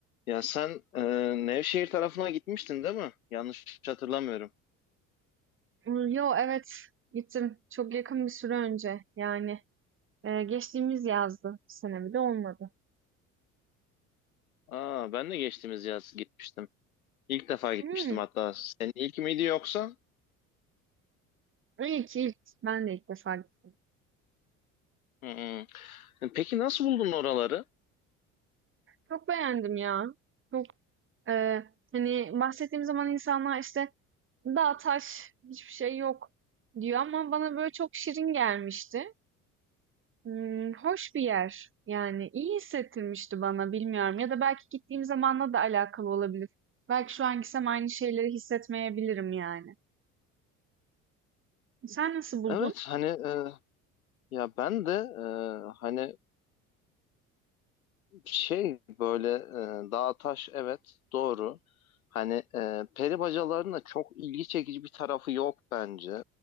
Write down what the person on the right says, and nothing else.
Imm, yo, evet, gittim. Çok yakın bir süre önce. Yani, eee, geçtiğimiz yazdı. Bu sene bile olmadı.
Hımm.
İlk, ilk. Ben de ilk defa gittim.
Çok beğendim ya. Çok, eee, hani, bahsettiğim zaman insanlar, işte, "Dağ, taş, hiçbir şey yok." diyor ama bana, böyle, çok şirin gelmişti. Imm, hoş bir yer. Yani, iyi hissettirmişti bana, bilmiyorum ya da belki gittiğim zamanla da alakalı olabilir. Belki şu an gitsem aynı şeyleri hissetmeyebilirim yani. Sen nasıl buldun?